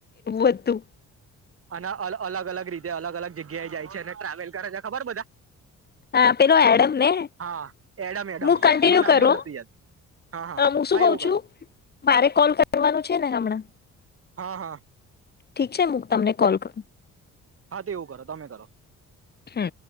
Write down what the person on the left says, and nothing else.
<unintelligible>
હા પેલો એડમ ને
હું કન્ટિન્યુ
કરું
હું શું
કઉ
છું મારે કોલ કરવાનું છે ને હમણાં.
ઠીક છે હું તમને કોલ કરું.
હમ